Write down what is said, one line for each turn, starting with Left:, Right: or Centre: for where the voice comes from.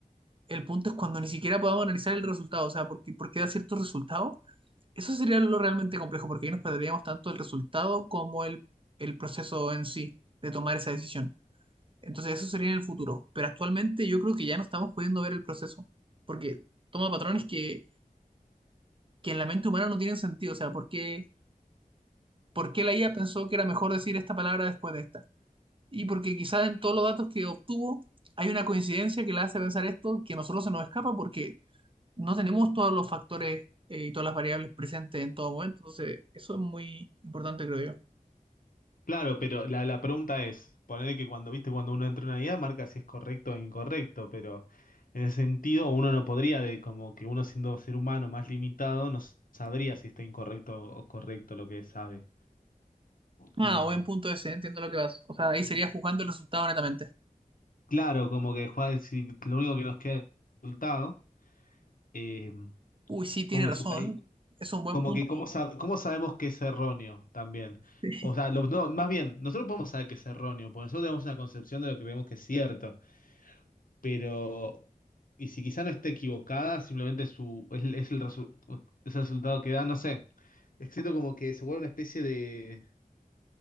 Right: El punto es cuando ni siquiera podamos analizar el resultado, o sea, porque, porque da ciertos resultados Eso sería lo realmente complejo, porque ahí nos perderíamos tanto el resultado como el, el proceso en sí de tomar esa decisión. Entonces, eso sería en el futuro. Pero actualmente yo creo que ya no estamos pudiendo ver el proceso, porque toma patrones que, que en la mente humana no tienen sentido. O sea, ¿por qué, por qué la IA pensó que era mejor decir esta palabra después de esta? Y porque quizás en todos los datos que obtuvo hay una coincidencia que la hace pensar esto que a nosotros se nos escapa porque no tenemos todos los factores eh, y todas las variables presentes en todo momento. Entonces, eso es muy importante, creo yo.
Left: Claro, pero la, la pregunta es, ponerle que cuando, viste, cuando uno entra en una IA marca si es correcto o incorrecto, pero en el sentido uno no podría, de como que uno siendo ser humano más limitado, no sabría si está incorrecto o correcto lo que sabe.
Right: Ah,
Left: Eh,
Right: buen punto ese, entiendo lo que vas. O sea, ahí sería juzgando el resultado netamente.
Left: Claro, como que juega, si lo único que nos queda es el resultado, eh,
Right: Uy, sí, tiene
Left: como que
Right: razón.
Left: su caí-
Right: Es un buen
Left: como
Right: punto.
Left: que cómo, sab- cómo sabemos que es erróneo también.
Right: <laughs>
Left: O sea, lo- no, más bien, nosotros podemos saber que es erróneo, porque nosotros tenemos una concepción de lo que vemos que es cierto, pero, y si quizá no esté equivocada, simplemente su, es, el, es el resu- es el resultado que da, no sé. Es que siento como que se vuelve una especie de...